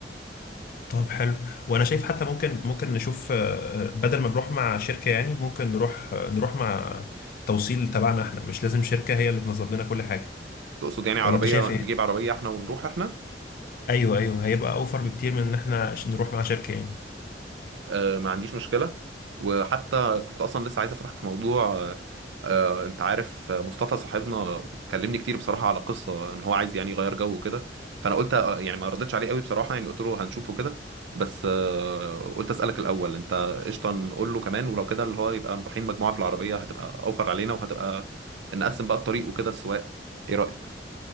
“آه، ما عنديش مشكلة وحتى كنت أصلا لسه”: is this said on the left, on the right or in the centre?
Right